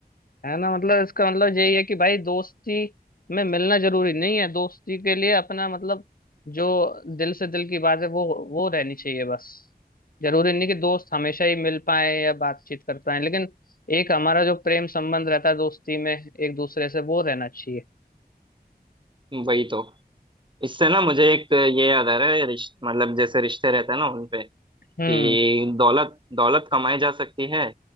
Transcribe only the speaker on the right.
वही तो इससे ना मुझे एक ये याद आ रहा है रिश, मतलब जैसे रिश्ते रहते हैं ना उनपे कि
दौलत दौलत कमाई जा सकती है